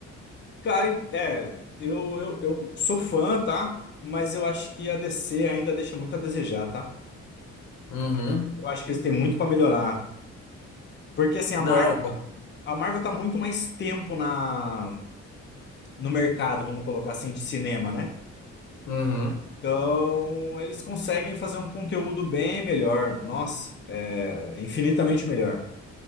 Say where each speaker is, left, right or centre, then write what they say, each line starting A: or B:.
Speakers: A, on the left (about 35°); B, on the left (about 75°).
A: Cara, é, eu, eu, eu sou fã, tá? Mas eu acho que a DC ainda deixa muito a desejar, tá?
B: Uhum.
A: Eu acho que eles têm muito pra melhorar. Porque assim, a
B: Não.
A: Marvel,
B: eu
A: a Marvel tá muito mais tempo na, no mercado, vamos colocar assim, de cinema, né?
B: Uhum.
A: Então, eles conseguem fazer um conteúdo bem melhor. Nossa, é infinitamente melhor.